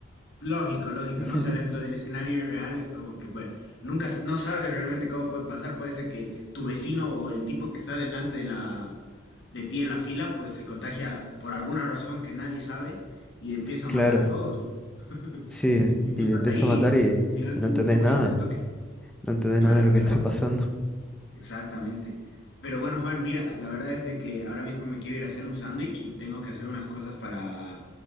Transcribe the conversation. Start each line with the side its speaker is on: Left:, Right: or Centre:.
Left: Lógico, lógico,
Centre: <laughs>
Left: ¿no? O sea, dentro del escenario irreal es como que, pues, nunca, s- no sabes realmente cómo puede pasar. Puede ser que tu vecino o el tipo que está delante de la, de ti en la fila, pues se contagia por alguna razón que nadie sabe y empieza
Centre: Claro,
Left: a matar a todos, ¿no? <laughs>
Centre: sí,
Left: Y tú
Centre: y
Left: estás
Centre: le empiezo
Left: ahí
Centre: a matar
Left: y al
Centre: y,
Left: final
Centre: y no
Left: tú,
Centre: entendés
Left: tú moriste
Centre: nada,
Left: el toque.
Centre: no entendés
Left: Claro,
Centre: nada de lo que
Left: claro.
Centre: está pasando.
Left: Exactamente. Pero bueno, Juan, mira, la verdad es de que ahora mismo me quiero ir a hacer un sándwich y tengo que hacer unas cosas para,